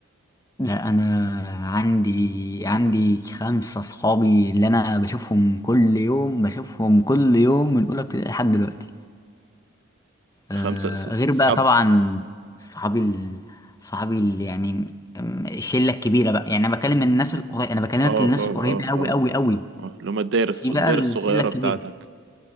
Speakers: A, on the left (about 15°); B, on the right (about 60°).
A: ده انا عندي عندي خمسة صحابي اللي انا بشوفهم كل يوم بشوفهم كل يوم من اولى ابتدائي لحد دلوقتي آه
B: خمسة أص- أص-
A: غير
B: اصحاب
A: بقى طبعا صحابي ال... صحابي ال... يعني أم، الشلة الكبيرة بقى يعني انا بكلم الناس القريبة انا بكلمك
B: اه
A: الناس
B: اه
A: القريبة
B: اه
A: قوي
B: اه
A: قوي قوي
B: اه اه اللي هما الدايرة
A: في
B: الص- الدايرة
A: بقى الشلة
B: الصغيرة
A: الكبيرة
B: بتاعتك